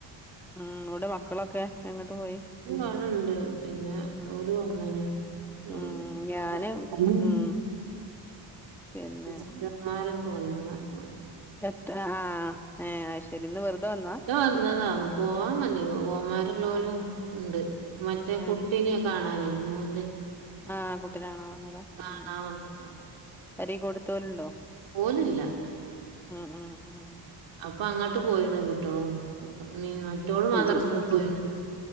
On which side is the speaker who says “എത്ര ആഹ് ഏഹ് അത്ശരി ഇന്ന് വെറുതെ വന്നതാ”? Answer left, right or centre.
Centre